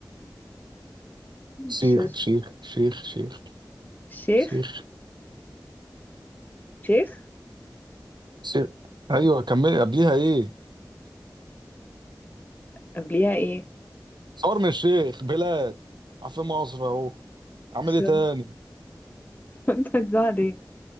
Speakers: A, on the right (about 80°); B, on the left (about 25°).
A: شيخ
B: ش...
A: شيخ شيخ شيخ
B: شيخ
A: شيخ
B: شيخ
A: شيخ ايوه كملي قبليها ايه
B: قبليها ايه؟
A: شرم الشيخ بلاد عارفين مصر اهو اعمل
B: شرم
A: ايه تاني
B: <laughs> انت هتزعل